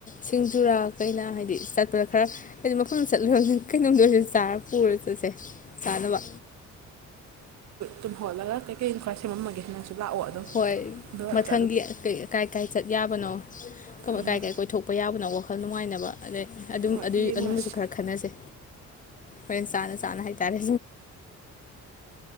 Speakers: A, on the left (about 25°); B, on the right (about 65°).
A: ꯁꯤꯡꯖꯨꯔꯥ ꯀꯩꯅ ꯍꯥꯏꯗꯤ ꯆꯠꯄꯗ ꯈꯔ ꯍꯥꯏꯗꯤ ꯃꯐꯝꯗ ꯆꯠꯂꯨꯔ ꯀꯩꯅꯣꯝꯗ ꯑꯣꯏꯔꯁꯨ ꯆꯥꯔ ꯄꯨꯔ ꯆꯠꯁꯦ ꯆꯥꯅꯕ꯫
B: ꯇꯨꯝ ꯍꯣꯂꯒ ꯀꯩ ꯈꯣꯏꯔꯦ ꯁꯦꯃꯝꯃꯒꯦ꯫ ꯂꯥꯛꯑꯣ ꯑꯗꯨꯝ
A: ꯍꯣꯏ
B: ꯑꯗꯣ꯫
A: ꯃꯊꯪꯒꯤ ꯀꯥꯏ ꯀꯥꯏ ꯆꯠ ꯌꯥꯕꯅꯣ
B: ꯎꯝ
A: ꯀꯥꯏ ꯀꯥꯏ ꯀꯣꯏꯊꯣꯛꯄ ꯌꯥꯕ꯫ <unintelligible> ꯋꯥꯈꯜ ꯅꯨꯡꯉꯥꯏꯅꯕ ꯑꯗꯩ꯫ ꯑꯗꯨꯝ
B: ꯍꯣꯏ
A: ꯑꯗꯨꯏ
B: ꯌꯦꯡꯉꯨꯔꯁꯤ
A: ꯑꯗꯨꯝꯕꯁꯨ ꯈꯔ ꯈꯟꯅꯁꯦ꯫ ꯍꯣꯏ ꯆꯥꯅ ꯆꯅ ꯍꯥꯏ ꯇꯔꯦ